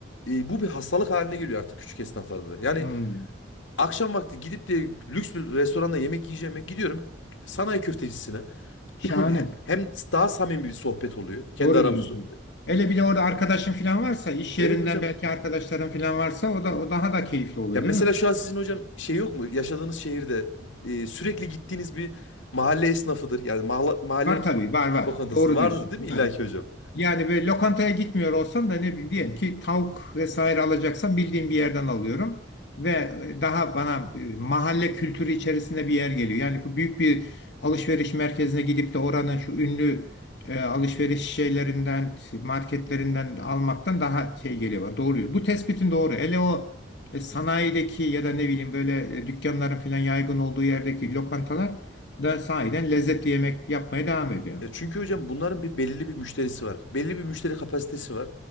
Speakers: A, on the left (about 85°); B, on the left (about 60°).
A: e, bu bir hastalık haline geliyor artık küçük esnaflarda da. Yani
B: Hmm,
A: akşam vakti gidip de lüks bir restoranda yemek yiyeceğime gidiyorum sanayi köftecisine.
B: şahane.
A: <clears throat> Hem daha samimi bir sohbet oluyor kendi
B: Doğru
A: aramızda.
B: diyorsun. Hele bir de orada arkadaşın falan varsa, iş
A: Evet
B: yerinden
A: hocam
B: belki arkadaşların falan varsa o da o daha da keyifli oluyor
A: Ya mesela
B: değil mi?
A: şu an sizin hocam şey yok mu? Yaşadığınız şehirde e, sürekli gittiğiniz bir mahalle esnafıdır. Yani mahalle, mahalle
B: Var tabii, var var.
A: lokantası
B: Doğru
A: vardır
B: diyorsun.
A: değil mi illaki
B: Var.
A: hocam?
B: Yani böyle lokantaya gitmiyor olsam da ne bileyim diyelim ki tavuk vesaire alacaksam bildiğim bir yerden alıyorum. Ve e, daha bana e, mahalle kültürü içerisinde bir yer geliyor. Yani bu büyük bir alışveriş merkezine gidip de oranın şu ünlü e, alışveriş şeylerinden, marketlerinden almaktan daha şey geliyor bana. Doğru. Bu tespitin doğru. Hele o e, sanayideki ya da ne bileyim böyle e, dükkanların falan yaygın olduğu yerdeki lokantalar da sahiden lezzetli yemek yapmaya devam ediyor.
A: Ya çünkü hocam bunların bir belirli bir müşterisi var. Belli bir müşteri kapasitesi var.